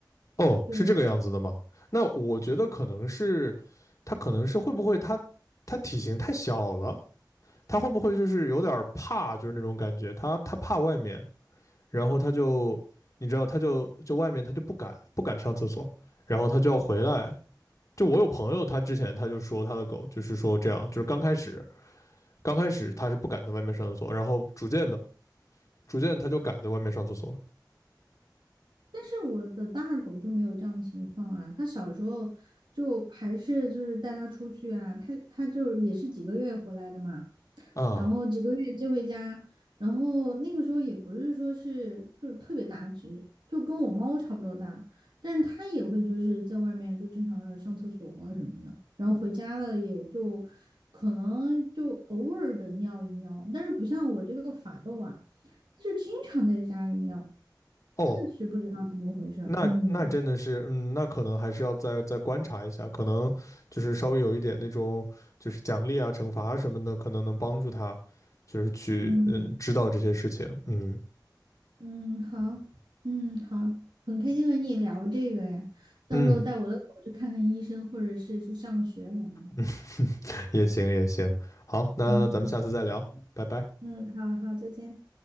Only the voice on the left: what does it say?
哦，
是这个样子的吗？那我觉得可能是，它可能是会不会它它体型太小了，它会不会就是有点儿怕，就是那种感觉，它它怕外面，然后它就你知道，它就就外面它就不敢不敢上厕所，然后它就要回来。就我有朋友，他之前他就说他的狗就是说这样，就是刚开始刚开始它是不敢在外面上厕所，然后逐渐的逐渐它就敢在外面上厕所了。
啊、
哦，
那那真的是，
嗯，那可能还是要再再观察一下，可能就是稍微有一点那种，就是奖励啊、惩罚啊什么的，可能能帮助他，就是去嗯知道这些事情，
嗯
嗯
嗯，<laughs> 也行也行，好，那咱们下次再聊，
拜拜。